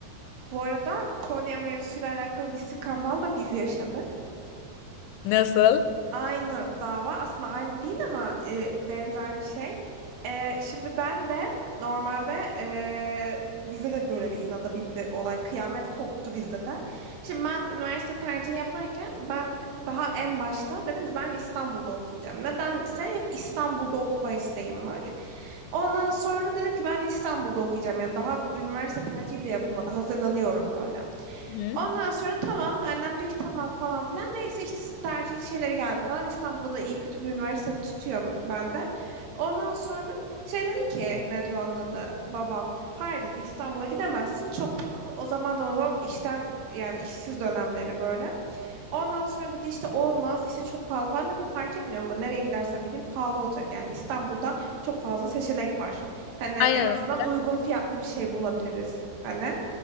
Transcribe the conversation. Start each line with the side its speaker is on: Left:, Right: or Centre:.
Right: Bu arada Konya mevzusuyla alakalı bir skandal da biz yaşadık.
Left: Nasıl?
Right: Aynı dava aslında aynı değil ama e, benzer bir şey. E, şimdi ben de normalde e, bize de böyle bir inada bindi olay. Kıyamet koptu bizde de. Şimdi ben üniversite tercihi yaparken ben daha en başta dedim ki ben İstanbul'da okuyacağım. Nedense hep İstanbul'da okuma isteğim var. Ondan sonra dedim ki ben İstanbul'da okuyacağım. Yani daha üniversite tercihi bile yapılmadı. Hazırlanıyorum böyle.
Left: Hı.
Right: Ondan sonra tamam annem diyor ki tamam falan filan. Neyse işte tercih şeyleri geldi falan. İstanbul'da da iyi kötü bir üniversitede tutuyorum ben de. Ondan sonra şey dedi ki nedir onun adı babam. Hayır dedi İstanbul'a gidemezsin çok pahalı. O zaman da babam işten yani işsiz dönemleri böyle. Ondan sonra dedi işte olmaz işte çok pahalı falan dedim fark etmiyor baba nereye gidersem gideyim pahalı olacak. Yani İstanbul'da çok fazla seçenek var. Hani en
Left: Aynen
Right: azından
Left: öyle.
Right: uygun fiyatlı bir şey bulabiliriz. Hani